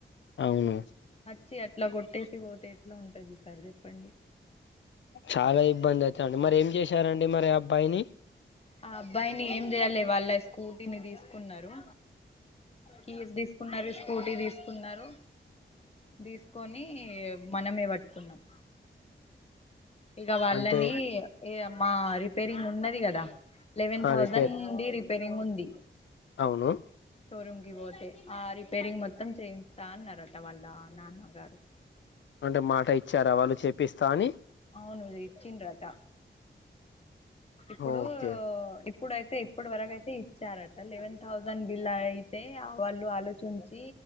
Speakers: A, on the left (about 75°); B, on the left (about 35°).
A: అవును
B: వచ్చి అట్లా కొట్టే తిపోతే ఎట్లా ఉంటది ఈ సారి చెప్పండి
A: చాలా ఇబ్బంది అయితదండి మరి ఏం చేసారండి మరి అబ్బాయిని
B: ఆ అబ్బాయిని ఏం చేయాలె వాళ్ళ స్కూటీని తీసుకున్నారు కీస్ తీసుకున్నారు స్కూటీ తీసుకున్నారు తీసుకొని మనమే పట్టుకున్నాం ఇగ వాళ్ళని
A: అంటే
B: ఎ మా రిపేరింగ్ ఉన్నది గదా లెవెన్
A: ఆ
B: థౌజండ్
A: రిపేర్
B: ది ఉంది రిపేరింగ్ ఉంది
A: అవును
B: షోరూమ్ కి పోతే ఆ రిపేరింగ్ మొత్తం చేయిస్తా అన్నారట వాళ్ళ నాన్నగారు
A: అంటే మాట ఇచ్చారా వాళ్ళు చెపిస్తా అని
B: అవును ఇచ్చిండ్రట ఇప్పుడు
A: ఓకే
B: ఇప్పుడైతే ఇప్పటి వరకయితే ఇచ్చారట లెవెన్ థౌసండ్ ఇలా అయితే వాళ్ళు ఆలోచించి